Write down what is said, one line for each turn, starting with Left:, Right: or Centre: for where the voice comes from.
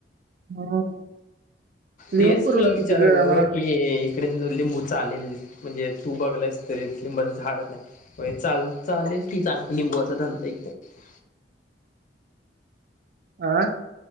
Right: हम्म लिंबू
Left: तेच
Right: परवडत्यात
Left: तुला विचारवं
Right: रे आम्हाला
Left: की इकडे लिंबू चालेल म्हणजे तू बघलास तरी लिंबाच झाडच नाही चाल चालेल की चांग लिंबवाचा धंदा केला तर <inaudible>
Right: आ